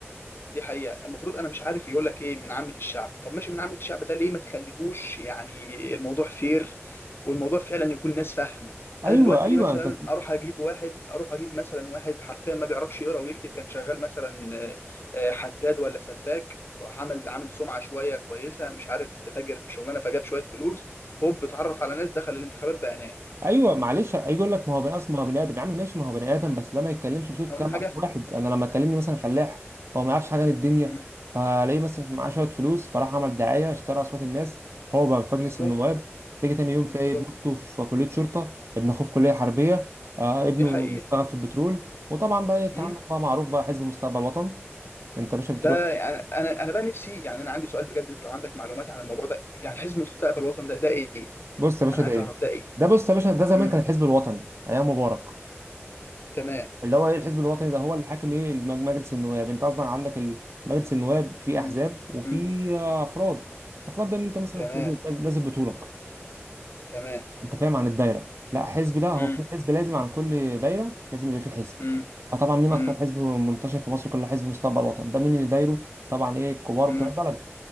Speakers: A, on the left; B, on the right.
A: دي حقيقة المفروض أنا مش عارف يقول لك إيه من عامة الشعب طب ماشي من عامة الشعب ده ليه ما تخليهوش يعني الموضوع فير والموضوع فعلا يكون ناس فاهمة
B: ايوه
A: أنا دلوقتي
B: ايوه
A: ليه مثلا
B: انت
A: أروح أجيب واحد أروح أجيب مثلا واحد حرفيا ما بيعرفش يقرأ ويكتب كان شغال مثلا آه، آه، حداد ولا سباك عمل عامل سمعة شوية كويسة مش عارف تاجر في شغلانة فجاب شوية فلوس هوب اتعرف على ناس دخل الانتخابات بقى نائب
B: ايوه معلش هيجي يقول لك ما هو بني ادم ما هو بني ادم يا عم ماشي ما هو بني ادم بس ده ما يتكلمش بصوت
A: إحنا
B: كام
A: قلنا حاجة
B: الف واحد انا لما كلمني مثلا فلاح هو ما يعرفش حاجه عن الدنيا
A: مم.
B: فلاقيه مثلا معاه شويه فلوس فراح عمل دعايه اشترى اصوات الناس هو بقى في
A: بالظبط
B: مجلس النواب تلاقي تاني يوم
A: بالظبط
B: تلاقي ابن اخته في كليه شرطه ابن اخوه في كليه حربيه آه ابنه
A: دي حقيقة
B: اشتغل في البترول وطبعا بقى إيه، انت
A: مم.
B: عندك بقى معروف بقى حزب مستقبل وطن انت يا باشا بتروح
A: ده يعني انا انا بقى نفسي يعني انا عندي سؤال بجد انت لو عندك معلومات عن الموضوع ده يعني حزب مستقبل الوطن ده ده ايه؟
B: بص يا باشا
A: انا
B: ده
A: عايز
B: ايه
A: اعرف ده ايه؟
B: ده بص يا باشا ده زمان
A: امم
B: كان الحزب الوطني ايام مبارك
A: تمام
B: اللي هو ايه الحزب الوطني ده هو اللي حاكم ايه الم- مجلس النواب انت اصلا عندك ال- مجلس النواب في
A: امم
B: احزاب وفي
A: امم
B: افراد افراد ده ان انت مثلا
A: تمام
B: نازل نازل بطولك
A: تمام
B: انت فاهم عن الدايره لا حزب ده هو
A: امم
B: في حزب لازم عن كل دايره لازم يبقى في حزب
A: امم
B: فطبعا مين
A: امم
B: اكتر حزب منتشر في مصر كلها حزب مستقبل وطن ده مين اللي دايره طبعا ايه الكبار
A: امم
B: بتوع البلد